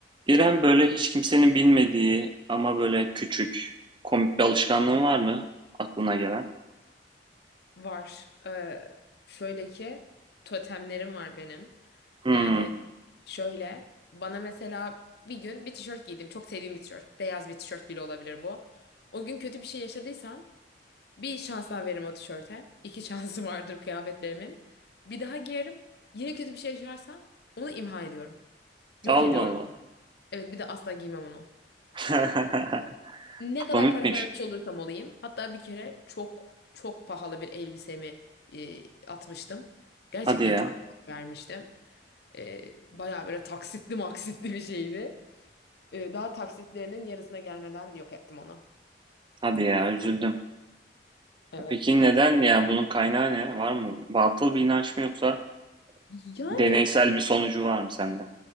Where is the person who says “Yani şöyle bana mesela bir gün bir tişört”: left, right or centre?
Left